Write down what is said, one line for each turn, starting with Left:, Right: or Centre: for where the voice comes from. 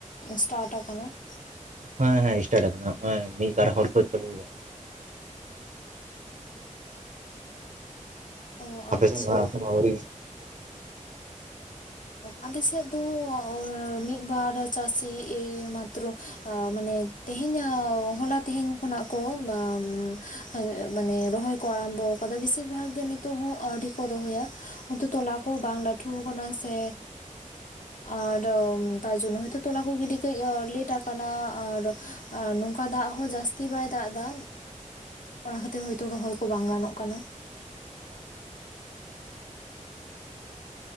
Left: ᱥᱮᱴᱟᱨᱴ ᱠᱟᱱᱟ ᱾
Right: ᱦᱮᱸ ᱦᱮᱸ ᱤᱥᱴᱟᱴ ᱠᱟᱱᱟ ᱱᱚᱜ ᱚᱭ ᱢᱤᱫ ᱵᱟᱨ ᱦᱚᱲ ᱠᱚ ᱪᱟᱹᱞᱩᱭᱟ ᱾
Left: ᱚ
Right: ᱟᱯᱮᱥᱮᱫ
Left: ᱟᱪᱪᱷᱟ
Right: ᱫᱚ ᱦᱟᱜ ᱮᱠᱷᱚᱱᱳ ᱟᱣᱨᱤ <inaudible>
Left: ᱟᱞᱮᱥᱮᱫ ᱫᱚ ᱢᱤᱫ ᱵᱟᱨ ᱪᱟᱹᱥᱤ ᱮᱭᱢᱟᱛᱨᱚ ᱢᱟᱱᱮ ᱛᱮᱦᱮᱧᱚᱜ ᱦᱚᱞᱟ ᱛᱮᱦᱮᱧ ᱠᱷᱚᱱᱟᱜ ᱠᱚ <inaudible> ᱢᱟᱱᱮ ᱨᱚᱦᱚᱭᱼᱼ ᱠᱚ ᱟᱨᱟᱢᱵᱚ ᱟᱠᱟᱫᱟ ᱵᱮᱥᱤᱨ ᱵᱷᱟᱜᱽ ᱜᱮ ᱱᱤᱛᱚᱜ ᱦᱚᱸ ᱟᱹᱣᱨᱤ ᱠᱚ ᱨᱚᱦᱚᱭᱟ ᱾ ᱦᱚᱳᱭᱛᱚ ᱛᱚᱞᱟ ᱠᱚ ᱵᱟᱝ ᱞᱟᱹᱴᱷᱩ ᱟᱠᱟᱱᱟ ᱥᱮᱼᱼ ᱟᱨ ᱛᱟᱨ ᱡᱚᱱᱱᱚ ᱦᱚᱭᱛᱳ ᱛᱚᱞᱟ ᱠᱚ ᱜᱤᱰᱤ ᱠᱟᱹᱡ ᱞᱮᱴ ᱟᱠᱟᱱᱟ ᱟᱨᱼᱼ ᱟᱨ ᱱᱚᱝᱠᱟ ᱫᱟᱜ ᱦᱚᱸ ᱡᱟᱹᱥᱛᱤ ᱵᱟᱭ ᱫᱟᱜ ᱮᱫᱟᱼᱼ ᱚᱱᱟ ᱠᱷᱟᱹᱛᱤᱨ ᱦᱳᱭᱛᱳ ᱨᱚᱦᱚᱭ ᱠᱚ ᱵᱟᱝ ᱜᱟᱱᱚᱜ ᱠᱟᱱᱟ᱾